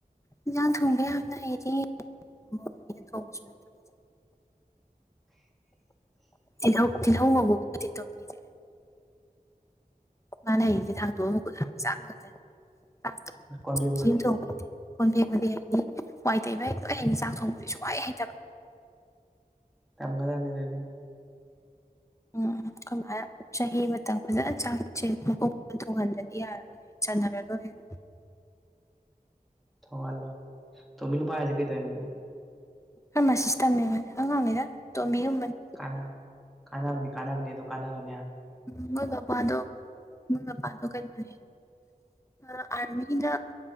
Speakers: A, on the left; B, in the centre.
A: ꯏꯟꯁꯥꯡ ꯊꯣꯡꯕꯤꯕꯅ ꯑꯩꯔꯤ ꯃꯃꯥ ꯄꯤꯅ ꯊꯣꯡꯁꯨ ꯅꯠꯇꯕ ꯇꯤꯜꯍꯧ ꯇꯤꯜꯍꯧꯉꯧꯕꯕꯨꯗꯤ ꯇꯣꯝꯕꯤꯗꯤ ꯃꯥꯅ ꯍꯩꯁꯦ ꯊꯥꯡꯗꯣꯛꯑ ꯃꯈꯨꯠ ꯍꯥꯝꯃ ꯆꯥꯕ ꯈꯇꯅꯦ
B: ꯀꯣꯟꯖꯦꯝꯒꯗꯤ
A: ꯀꯣꯟ ꯐꯦꯡꯕꯗꯤ ꯍꯩꯅꯤ ꯋꯥꯏ ꯇꯩꯕ ꯍꯦꯛꯂꯣꯏ ꯍꯩꯅꯤ ꯆꯥꯛ ꯊꯣꯡꯕꯗꯤ ꯁꯨꯡꯍꯩ ꯍꯩꯇꯕ
B: ꯇꯝꯒꯗꯝꯅꯦ ꯕꯦꯕꯤ
A: ꯎꯝ ꯀꯃꯥꯏꯅ ꯆꯍꯤ ꯑꯃꯇꯪ ꯐꯖꯅ ꯆꯥꯛꯁꯦ ꯃꯨꯛꯀ ꯊꯣꯡꯍꯟꯗꯗꯤ ꯌꯥꯔꯔꯣꯏ ꯆꯟꯅꯔꯔꯣꯏ ꯃꯤꯅ
B: ꯊꯣꯡꯍꯜꯂꯣ ꯇꯣꯝꯕꯤ ꯅꯨꯄꯥ ꯍꯧꯖꯤꯛ ꯀꯩꯗꯣꯏꯅꯣ
A: ꯐꯥꯔꯃꯥꯁꯤꯁ ꯇꯝꯃꯦꯕꯅꯦ ꯑꯉꯥꯡꯉꯗ ꯇꯣꯝꯕꯤꯒꯨꯝꯕꯅꯤ
B: ꯀ ꯀꯥꯟꯅꯕꯅꯤ ꯀꯥꯟꯅꯕꯅꯤ ꯑꯗꯨ ꯀꯥꯟꯅꯕꯅꯦ
A: ꯎꯝ ꯍꯒꯄ ꯑꯗꯨꯣ ꯃꯣꯏ ꯃꯄꯥꯗꯣ ꯀꯩꯅꯣꯅꯦ ꯑ ꯑꯥꯔꯃꯤꯗ